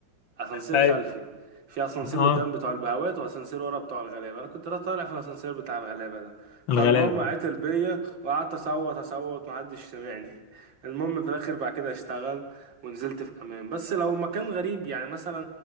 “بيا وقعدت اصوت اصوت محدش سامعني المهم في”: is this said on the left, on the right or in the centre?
Right